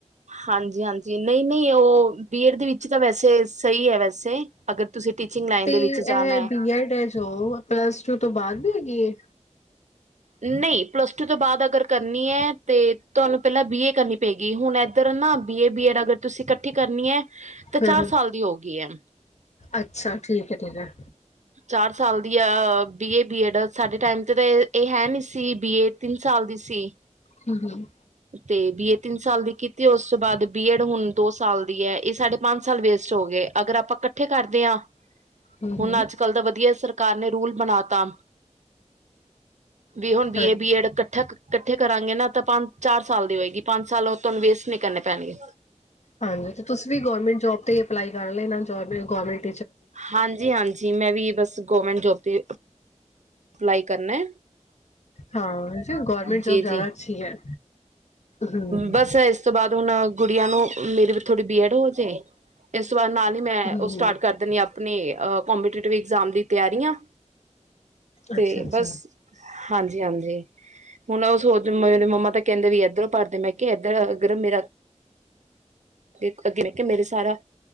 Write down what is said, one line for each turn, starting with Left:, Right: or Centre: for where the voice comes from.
Right: ਹਾਂਜੀ ਹਾਂਜੀ ਨਹੀਂ ਨਹੀਂ ਉਹ ਬੀਏਡ ਦੇ ਵਿੱਚ ਤਾਂ ਵੈਸੇ ਸਹੀ ਹੈ ਵੈਸੇ ਅਗਰ ਤੁਸੀਂ ਟੀਚਿੰਗ ਲਾਈਨ
Left: ਤੇ
Right: ਦੇ ਵਿੱਚ
Left: ਇਹ
Right: ਜਾਣਾ ਹੈ
Left: ਬੀ ਐਡ ਹੈ ਜੋ ਪਲੱਸ ਟੂ ਤੋਂ ਬਾਅਦ ਵੀ ਹੈਗੀ ਹੈ
Right: ਨਹੀਂ ਪਲੱਸ ਟੂ ਤੋਂ ਬਾਅਦ ਅਗਰ ਕਰਨੀ ਹੈ ਤੇ ਤੁਹਾਨੂੰ ਪਹਿਲਾਂ ਬੀ ਏ ਕਰਨੀ ਪਏਗੀ ਹੁਣ ਇਧਰ ਨਾ ਬੀ ਏ ਬੀਐਡ ਅਗਰ ਤੁਸੀਂ ਇਕੱਠੀ ਕਰਨੀ ਹੈ ਤਾਂ
Left: ਹਮ
Right: ਚਾਰ
Left: ਹਮ
Right: ਸਾਲ ਦੀ ਹੋ ਗਈ ਹੈ
Left: ਅੱਛਾ ਠੀਕ ਹੈ ਠੀਕ ਹੈ
Right: ਚਾਰ ਸਾਲ ਦੀ ਆ ਬੀ ਏ ਬੀਏਡ ਸਾਡੇ ਟਾਈਮ ' ਤਾਂ ਇਹ ਇਹ ਹੈ ਨਹੀਂ ਸੀ ਬੀ ਏ ਤਿੰਨ ਸਾਲ ਦੀ ਸੀ
Left: ਹਮ ਹਮ
Right: ਤੇ ਬੀ ਏ ਤਿੰਨ ਸਾਲ ਦੀ ਕੀਤੀ ਉਸ ਤੋਂ ਬਾਅਦ ਬੀਐਡ ਹੁਣ ਦੋ ਸਾਲ ਦੀ ਹੈ ਇਹ ਸਾਡੇ ਪੰਜ ਸਾਲ ਵੇਸਟ ਹੋ ਗਏ ਅਗਰ ਆਪਾਂ ਇਕੱਠੇ ਕਰਦੇ ਹਾਂ
Left: ਹੂੰ
Right: ਹੁਣ
Left: ਹੂੰ
Right: ਅੱਜ ਕੱਲ੍ਹ ਦਾ ਵਧੀਆ ਸਰਕਾਰ ਨੇ ਰੂਲ ਬਣਾ ਤ ਹ ਵੀ ਹੁਣ ਬੀ
Left: ਹਾਂਜੀ
Right: ਏ ਬੀ ਏਡ ਇਕੱਠ ਇਕੱਠੇ ਕਰਾਂਗੇ ਨਾ ਤਾਂ ਪੰਜ ਚਾਰ ਸਾਲ ਦੀ ਹੋਏਗੀ ਪੰਜ ਸਾਲ ਉਹ ਤੁਹਾਨੂੰ ਵੇਸਟ ਨਹੀਂ ਕਰਨੇ ਪੈਣਗੇ
Left: ਹਾਂਜੀ ਤੇ ਤੁਸੀਂ ਵੀ ਗਰਮੈਂਟ ਜੋਬ ਤੇ ਅਪਲਾਈ ਕਰ ਲ ਇਹ ਜੋਬ ਗਰਮੈਟ
Right: ਹਾਂਜੀ ਹਾਂਜੀ ਜ ਮੈਂ ਵੀ ਬਸ ਗੋਮੈਂਟ ਜੋਤੀ ਅਪਲਾਈ ਕਰਨਾ
Left: ਹਾਂ ਗਵਰਮੈਂਟ
Right: ਜੀ
Left: ਜੌਬ ਜ਼ਿਆਦਾ
Right: ਜੀ
Left: ਅੱਛੀ ਹੈ ਹੂੰ
Right: ਬਸ ਇਸ ਤੋਂ ਬਾਅਦ ਹੁਣ ਗੁੜੀਆਂ ਨੂੰ ਮੇਰੇ ਥੋੜ੍ਹੀ ਐਡ ਹੋ ਇਸ ਤੋਂ ਬਾਅਦ ਨਾਲ ਹੀ ਮੈਂ
Left: ਹੂੰ
Right: ਉਹ
Left: ਹੂੰ
Right: ਸਟਾਰਟ ਕਰ ਦਿੰਦੀ ਆਪਣੀ ਕਪੀਟਿਵਗਜ਼ਾਮ ਦੀ ਤਿਆਰੀਆਂ ਤੇ
Left: ਅੱਛਾ ਅੱਛਾ
Right: ਬਸ ਹਾਂਜੀ ਹਾਂਜੀ ਹੁਣ ਉਹ ਸੋਚ ਮੇਰੇ ਮੰਮਾ ਤਾਂ ਕਹਿੰਦੇ ਵੀ ਏਧਰੋਂ ਭਰ ਮੈਂ ਕਿਹਾ ਇੱਧਰ ਅਗਰ ਮੇਰਾ ਤੇ ਅੱਗੇ ਮੈਂ ਕਿਹਾ ਮੇਰਾ ਸਾਰਾ